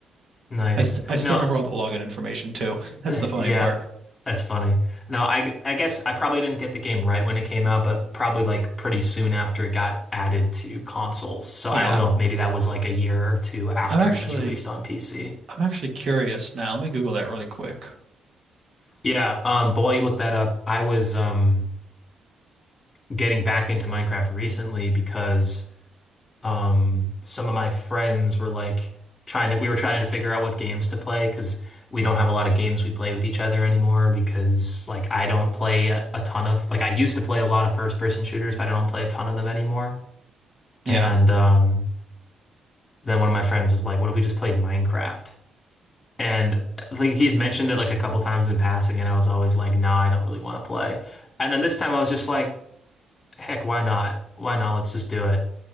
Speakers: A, on the left; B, on the right.
A: Nice.
B: I, st- I still
A: Now,
B: remember all the login information too. <laughs> That's
A: <laughs>
B: the funny
A: Yeah,
B: part.
A: that's funny. No, I, g- I guess I probably didn't get the game right when it came out, but probably like pretty soon after it got added to consoles. So
B: Yeah,
A: I don't know, if maybe that was like a year or two after
B: I'm actually
A: it was released on PC.
B: I'm actually curious now. Let me Google that really quick.
A: Yeah, um, but while you look that up, I was um getting back into Minecraft recently because um some of my friends were like trying to we were trying to figure out what games to play because we don't have a lot of games we play with each other anymore because like I don't play a, a ton of like I used to play a lot of first person shooters but I don't play a ton of them anymore
B: Yeah,
A: and um then one of my friends was like what if we just played Minecraft and like he had mentioned it like a couple times in passing and I was always like nah I don't really want to play and then this time I was just like heck why not why not let's just do it